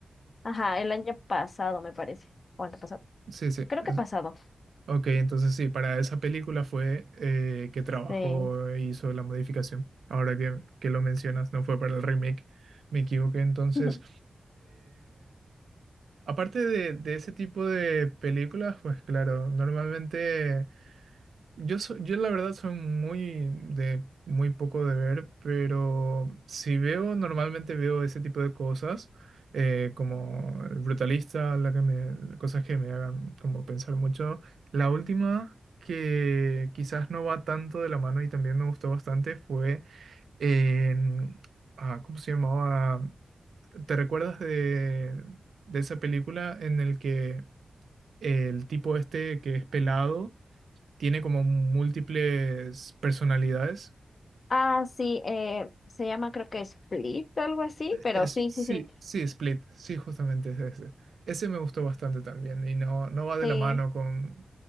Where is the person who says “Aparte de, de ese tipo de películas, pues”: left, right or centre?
Right